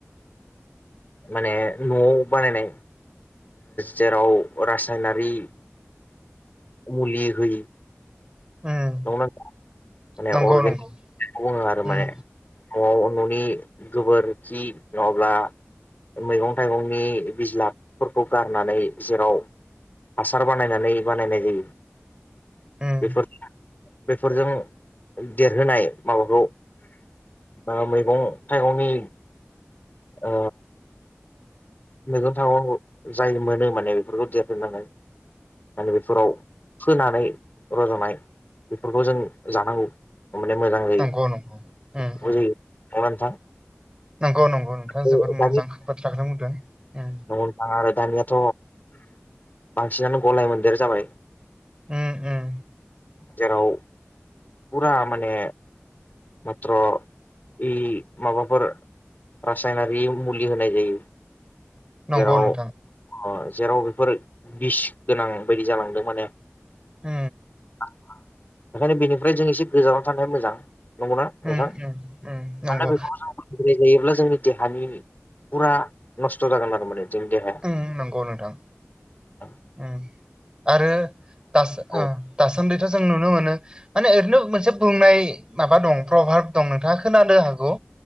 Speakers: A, on the left; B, on the right.
A: माने न'आव बानायनाय जेराव रासायनारि मुलि हो
B: उम
A: नंना माने
B: नंगौ
A: अर्गेनिकखौ
B: नंगौ
A: बुङो आरो
B: उम
A: माने न'आव न'नि गोबोरखि नङाब्ला मैगं थाइगंनि बिज्लाफोरखौ गारनानै जेराव हासार बानायनानै बानायनाय जायो
B: उम
A: बेफोर बेफोरजों देरहोनाय माबाखौ बा मैगं थाइगंनि अ मैगं थाइगाव जाय मोनो माने बेफोरखौ देरहोननानै माने बेफोराव फोनानै रज'नाय बेफोरखौ जों जानांगौ। ममाने मोजां जायो
B: नंगौ नंगौ उम उम
A: जायो <unintelligible>
B: नंगौ नंगौ नोंथाङा
A: नंगौना
B: जोबोर
A: नोंथां
B: मोजां बाथ्राखौथनो बुंदों।
A: ननो थाङा आरो दानियाथ' बांसिनानो गलाय मोनदेर जाबाय
B: उम उम
A: जेराव फुरा माने मत्र' इ माबाफोर रासायनारि मुलि होनाय जायो।
B: नंगौ
A: जेराव
B: नोंथां
A: जेराव बेफोर बिस गोनां बायदि जालांदों माने
B: उ
A: बेओंखायनो बेनिफ्राय जों एसे गोजानाव थानाय मोजां। नंगौना नोंथां
B: उम
A: मानोना
B: उम उम नंगौ
A: बे जों फाय जायोब्ला जोंनि देहानि फुरा <unintelligible> जोंनि देहा
B: उम नंगौ नोंथां
A: <unintelligible>
B: उम आरो दासान
A: औ
B: - दासान्दिथ' जों नुनो मोनो माने ओरैनो मोनसे बुंनाय माबा दं प्रभाब दं नोंथाङा खोनानो हागौ